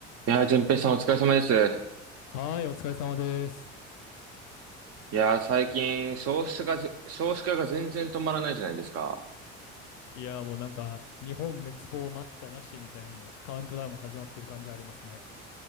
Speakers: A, on the right; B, on the left.
A: いやー、淳平さんお疲れ様です。
B: はーい、お疲れ様です。
A: いやー、最近少子化がぜ、少子化が全然止まらないじゃないですか。
B: いやー、もうなんか、日本滅亡待ったなしみたいなの、カウントダウン始まってる感じありますね。